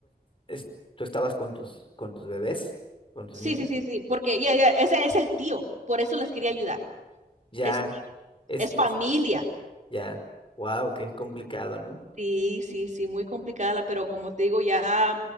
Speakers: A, on the left; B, on the right.
A: es- tú estabas con tus, con tus bebés, con tus
B: Sí,
A: niños.
B: sí, sí, sí, porque ya, ya, ese es el tío, por eso les quería ayudar.
A: Ya,
B: Es tío,
A: es,
B: es
A: es,
B: familia.
A: ya. Wow, qué complicado, ¿no?
B: Sí, sí, sí, muy complicada, la- pero como te digo, ya